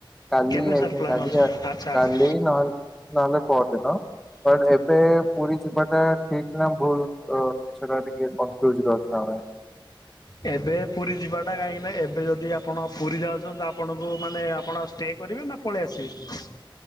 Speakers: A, in the centre; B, on the left (about 50°).
A: କାଲି
B: କେବେ
A: ଆଇ
B: ସାର୍ ପ୍ଲାନ୍
A: କାଲି
B: ଅଛି ଆଚ୍ଛା ଆଚ୍ଛା।
A: କାଲି ନା ହେଲେ ପଦିନ। ଏବେ ପୁରୀ ଯିବାଟା ଠିକ ନା ଭୁଲ। ସେଟା ଟିକେ କନଫୀଉଜ ଅଛୁ ଆମେ।
B: ଏବେ ପୁରୀ ଯିବାଟା କାହିଁକି ନା ଏବ୍ ଏବେ ଯଦି ଆପଣ ପୁରୀ ଯାଉଛନ୍ତି ତ ଆପଣଙ୍କୁ ମାନେ ଆପଣ ଷ୍ଟେ କରିବେ ନା ପଳେଇ ଆସିବେ